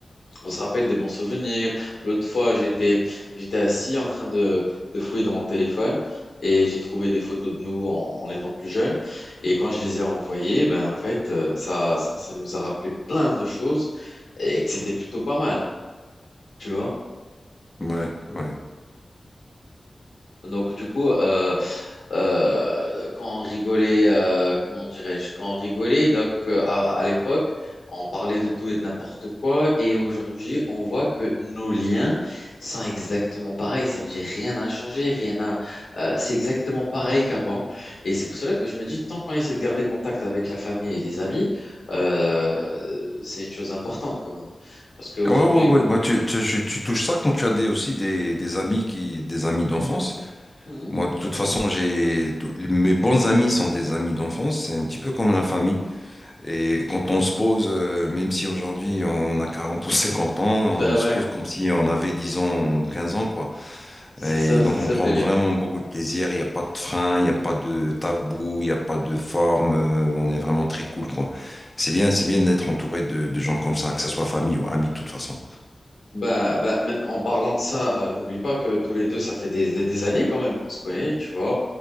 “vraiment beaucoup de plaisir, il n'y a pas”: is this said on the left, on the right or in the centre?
Left